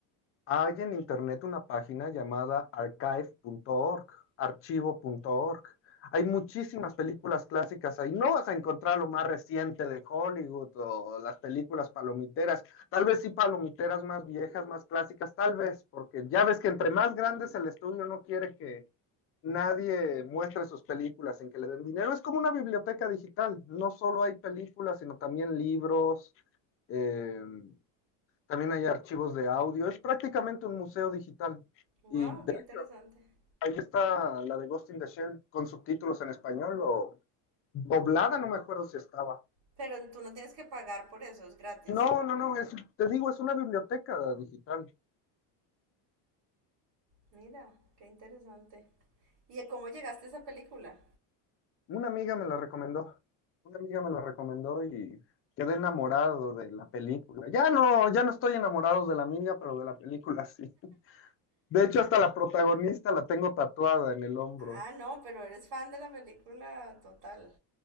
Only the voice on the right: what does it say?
Wow,
qué interesante.
Pero tú no tienes que pagar por eso, es gratis.
Mira, qué interesante. ¿Y cómo llegaste a esa película?
Ah, no, pero eres fan de la película total.